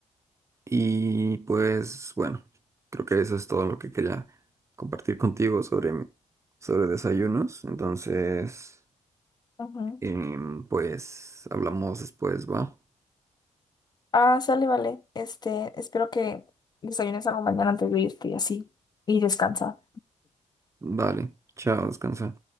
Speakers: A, on the right; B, on the left.
A: Y pues bueno, creo que eso es todo lo que quería compartir contigo sobre, mi- sobre desayunos, entonces...
B: ujú.
A: Em, pues hablamos después, ¿va?
B: Ah, sale, vale. Este, espero que desayunes algo mañana antes de irte y así. Y descansa.
A: Vale, chao, descansa.